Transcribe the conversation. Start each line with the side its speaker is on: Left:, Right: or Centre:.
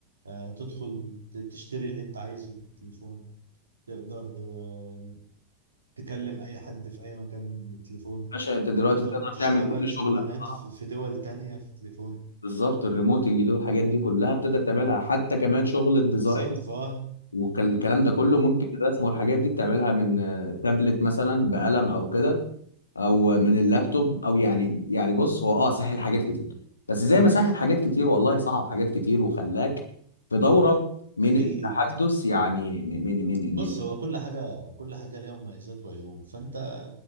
Right: آه، تدخل ت- تشتري اللي أنت عايزه بالتليفون تقدر آه، تكلم أي حد في أي مكان بالتليفون
Left: باشا انت دلوقتي
Right: تقدر
Left: تقدر
Right: تشتغل
Left: تعمل كل
Right: شغلانات
Left: شغلك اه
Right: في في دول تانية في التليفون
Left: بالظبط الريموتنج دول الحاجات دي كلها بتقدر تعملها حتى كمان شغل الديزاين
Right: بالظبط فهو
Left: والكلام ده كله ممكن الرسم والحاجات دي تعملها من آه، تابلت مثلا بقلم او كده او من اللابتوب او يعني يعني بص هو اه سهل حاجات كتير بس زي ما سهل حاجات كتير والله صعب حاجات كتير وخلاك في دورة من
Right: اكيد
Left: التحدث يعني من من من
Right: بص
Left: من
Right: هو كل حاجه كل حاجه ليها مميزات وعيوب فانت